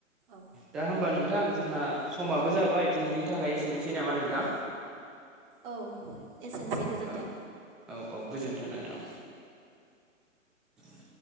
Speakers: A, on the right; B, in the centre.
A: औ
B: दा होमबा नोंथां जोंहा समाबो
A: औ
B: जाबाय दिनैनि थाखाय एसेनोसै नामा नोंथां
A: औ एसेनोसै गोजोन्थों
B: औ - औ- औ गोजोनथों नोंथां <inaudible>